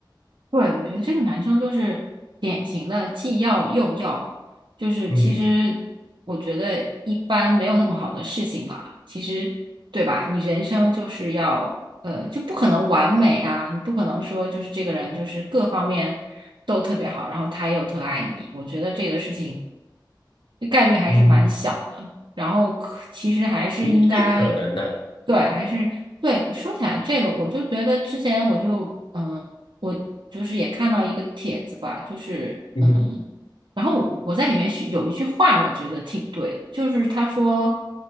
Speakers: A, on the right; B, on the left.
A: 对，我觉得这个男生就是典型的既要又要，就是其实我觉得一般没有那么好的事情啦。
B: 嗯哼，
A: 其实，对吧？你人生就是要，呃，就不可能完美啊，你不可能说就是这个人就是各方面都特别好，然后他又特爱你。我觉得这个事情这概率还是蛮小的。
B: 嗯，
A: 然后可其实还是应该，
B: 不太可能的。
A: 对，还是对。说起来这个，我就觉得之前我就嗯。我就是也看到一个帖子吧，就是嗯，
B: 嗯哼，
A: 然后我我在里面是有一句话，我觉得挺对的，就是他说，